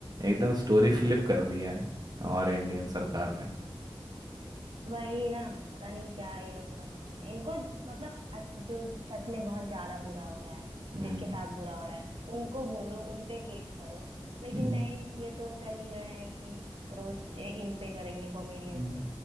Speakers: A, on the right; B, on the right.
A: एकदम स्टोरी फ्लिप कर दिया है हमारे इंडियन सरकार ने
B: वही ना पता नहीं क्या ये लोग करते हैं इनको मतलब अ- जो सच में बहुत ज्यादा बुरा हो रहा है
A: हम्म
B: जिनके साथ बुरा हो रहा है उनको बोलो उन पे केस करो लेकिन
A: हम्म,
B: नहीं ये तो चल रहे हैं कि रोज इन पे करेंगे कॉमेडियंस
A: हम्म।
B: पे